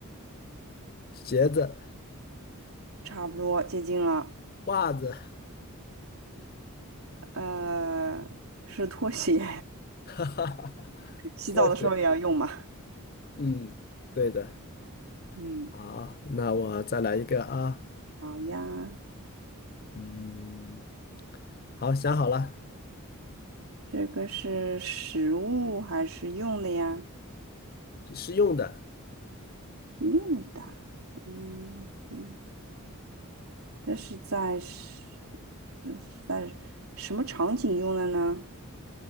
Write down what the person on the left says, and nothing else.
鞋子，
袜子，
<laughs> 哈哈哈，
拖鞋，嗯，对的，
好，那我再来一个啊，
嗯，好，想好了，
是用的，